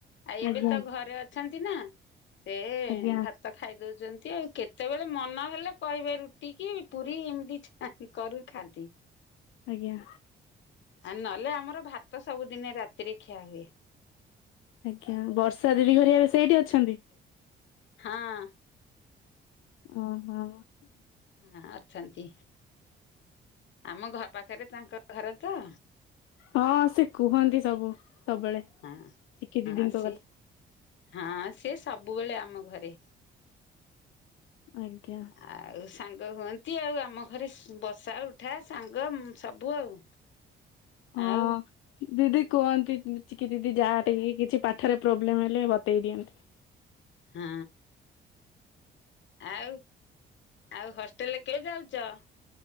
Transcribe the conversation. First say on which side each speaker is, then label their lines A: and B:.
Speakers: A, on the left; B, on the left.
A: ଆ ଏବେ
B: ଆଜ୍ଞା।
A: ତ ଘରେ ଅଛନ୍ତି ନା ସେ
B: ଆଜ୍ଞା
A: ଭା ତ ଖାଇଦୋଉଚନ୍ତି। କେତେବେଳେ ମନ ହେଲେ କହିବେ ରୁଟି କି ପୁରୀ ଏମିତି ଆଁ କରୁ ଥାଆନ୍ତି।
B: ଆଜ୍ଞା।
A: ଆ ନହେଲେ ଆମର ଭାତ ସବୁଦିନେ ରାତିରେ ଖିଆ ହୁଏ।
B: ଆଜ୍ଞା। ବର୍ଷା ଦିଦି ଘରେ ଏବେ ସେଇଠି ଅଛନ୍ତି।
A: ହଁ।
B: ଓହୋ।
A: ହଁ ଅଛନ୍ତି। ଆମ ଘର ପାଖେରେ ତାଙ୍କ ଘର ତ
B: ହଁ ସେ କୁହନ୍ତି ସବୁ ସବୁବେଳେ।
A: ହଁ,
B: ଚିକି ଦିଦିଙ୍କ
A: ହଁ ସିଏ,
B: କଥା
A: ହଁ ସିଏ ସବୁବେଳେ ଆମ ଘରେ
B: ଆଜ୍ଞା।
A: ଆଉ ସାଙ୍ଗ ହୁଅନ୍ତି ଆଉ ଆମ ଘରେ ବସା ଉଠା ସାଙ୍ଗ ସବୁ ଆଉ।
B: ହଁ।
A: ଆଉ
B: ଦିଦି କୁହନ୍ତି ଚିକି ଦିଦି ଯାହା ଟି କିଛି ପାଠରେ ପ୍ରୋବ୍ଲେମ ହେଲେ ବତେଇ ଦିଅନ୍ତି।
A: ହଁ। ଆଉ ଆଉ ହଷ୍ଟେଲ କେବେ ଯାଉଚ?